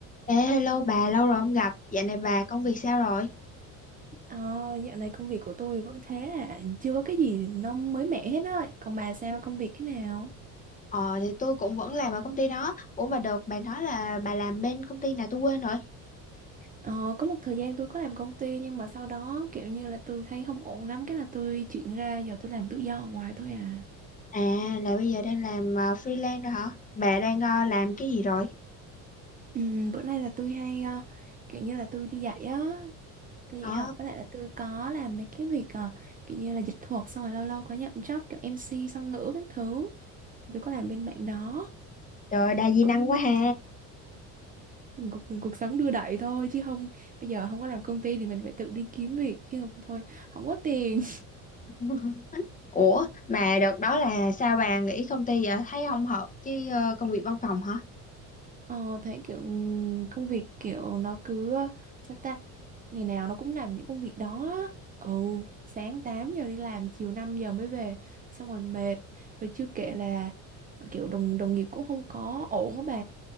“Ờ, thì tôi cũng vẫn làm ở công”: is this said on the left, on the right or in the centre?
Left